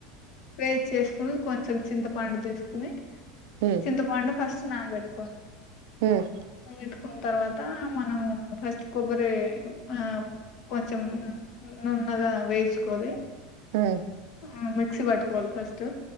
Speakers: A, on the left; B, on the right.
A: వేయించేస్తా. కొంచెం చింతపండు తీసుకుని.
B: ఉమ్
A: చింతపండు. ఫస్ట్ నానబెట్టుకొని.
B: ఉమ్
A: అవు <unintelligible> న్న తర్వాత మనం ఫస్ట్ కొబ్బరి ఆ కొంచెం. నున్నగా వేయిచుకోవాలి.
B: హహ్మ్!
A: ఉ మిక్సి పట్టుకోవాల ఫస్ట్.